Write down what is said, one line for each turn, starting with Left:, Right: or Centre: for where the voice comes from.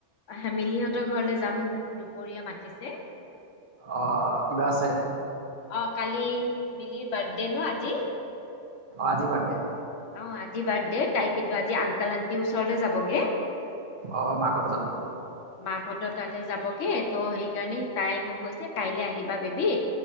Left: হেমিলি হহঁতৰ ঘৰলৈ যাম দুপৰীয়া মাতিছে
Right: অ' কিবা আছে?
Left: অ' কালি মিলিৰ বাৰ্থডে ন আজি!
Right: আজি বৃথডে।
Left: অ' আজি বাৰ্থডে তাই কিন্তু আজি আংকাল আনটিৰ ওচৰলৈ যাবগে।
Right: অ' মা কথা তলে?
Left: <inaudible> মাকঁতৰ তালৈ যাবগে ত' সেইকাৰণে তাই মোক কৈছে কাইলৈ আহিবা বেবী